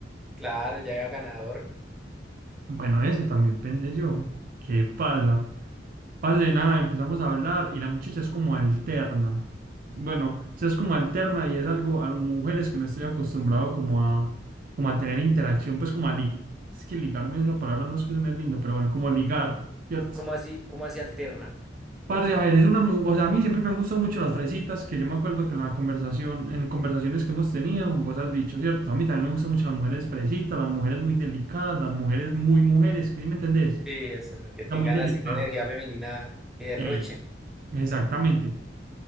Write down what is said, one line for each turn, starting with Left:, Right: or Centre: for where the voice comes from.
Centre: Claro, ya era ganador.
Right: bueno, eso también pensé yo, ¿qué pasa? Parce, de nada, empezamos a hablar y la muchacha es como alterna. Bueno, o sea, es como alterna y es algo a mujeres que no estoy acostumbrado como a, como a tener interacción, pues como a li- es que ligarme esa palabra no es que suene lindo, pero bueno, como ligar, ¿cierto?
Centre: ¿Cómo así, cómo así alterna?
Right: Parce, a ver, es una, mu- o sea, a mí siempre me han gustado mucho las fresitas, que yo me acuerdo que en la conversación, en conversaciones que hemos tenido, vos has dicho, ¿cierto? A mí también me gustan mucho las mujeres fresitas, las mujeres muy delicadas, las mujeres muy mujeres, ¿sí me entendés?
Centre: Sí, eso, que tengan
Right: La muy delicada.
Centre: así una energía femenina que derrochen.
Right: Ey. Exactamente.